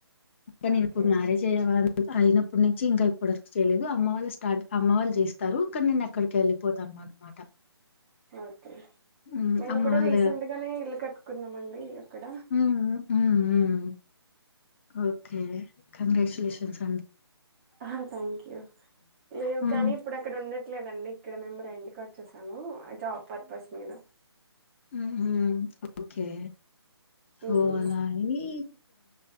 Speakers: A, on the left; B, on the right.
A: ఇంకా నేను
B: ఓకే
A: ఇప్పుడు మ్యారేజ్ అయ్యవా అయినప్పటి నుంచి ఇంకా ఇప్పటి వరకు చేయలేదు అమ్మ వాళ్ళు స్టార్ట్ అమ్మ వాళ్ళు చేస్తారు కానీ నిేను అక్కడికి వెళ్ళిపోతా అన అనమాట
B: ఓకే
A: హ్మ్.
B: మేము
A: అమ్మ
B: కూడా
A: వాళ్ళే
B: రీసెంట్ గానే ఇల్లు కట్టుకున్నాం అండి అక్కడ
A: హ్మ్. హ్మ్. హ్మ్. ఓకే కంగ్రాచులేషన్స్
B: ఆ థ్యాంక్ యు లేదు
A: హ్మ్.
B: కానీ ఇప్పుడు అక్కడ ఉండట్లేదండి ఇక్కడ మేము రెంట్ కచ్చేసాము జాబ్ పర్పస్ మీద
A: ఉహు ఓకే సో
B: ఉమ్
A: అలా అని